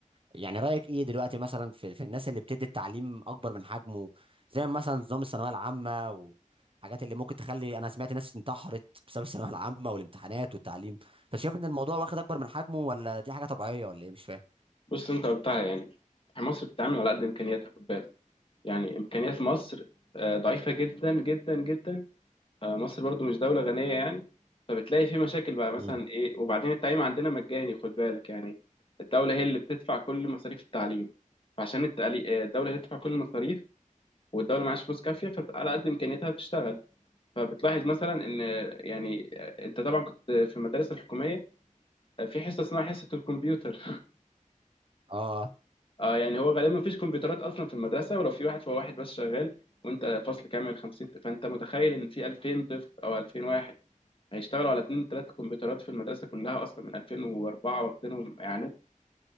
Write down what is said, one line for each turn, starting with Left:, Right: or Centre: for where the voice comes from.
Right: يعني رأيك ايه دلوقتي مثلا في, في الناس اللي بتدي التعليم اكبر من حجمه زي مثلا نظام الثانوية العامة والحاجات اللي ممكن تخلي انا سمعت ناس انتحرت بسبب الثانوية العامة والامتحانات والتعليم فشايف ان الموضوع واخد اكبر من حجمه ولا دي حاجة طبيعية ولا ايه مش فاهم
Left: بص انت قلتها يعني مصر بتتعامل على قد امكانياتها خد بالك يعني امكانيات مصر آه، ضعيفه جدا جدا جدا آه، مصر برضو مش دوله غنيه يعني فبتلاقي في مشاكل بقى مثلا
Right: امم
Left: ايه وبعدين التعليم عندنا مجاني خد بالك يعني الدوله هي اللي بتدفع كل مصاريف التعليم فعشان التعلي- آه، الدوله هي اللي بتدفع كل المصاريف والدوله معهاش فلوس كافيه فعلى قد امكانياتها بتشتغل فبتلاحظ مثلا ان آه، يعني آه، انت طبعا كنت في المدارس الحكوميه آه، في حصه اسمها حصه الكمبيوتر
Right: اه
Left: اه يعني هو غالبا مفيش كمبيوترات اصلا في المدرسه ولو في واحد فهو واحد بس شغال وانت فصل كامل 50 فانت متخيل ان في 2000 طفل او 2000 واحد هيشتغلوا على اتنين تلات كمبيوترات في المدرسه كلها اصلا من 2004 واخدينهم اعلانات